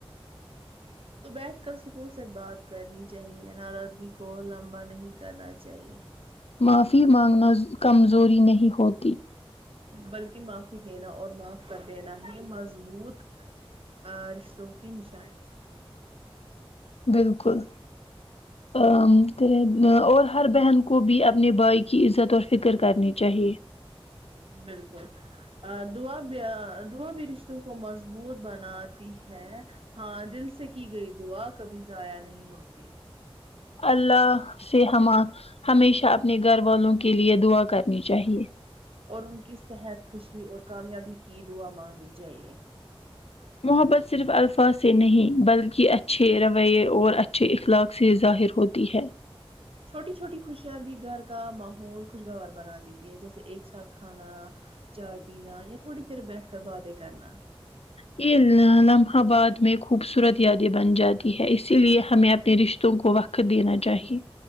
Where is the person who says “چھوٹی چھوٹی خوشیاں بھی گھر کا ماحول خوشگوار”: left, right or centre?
Right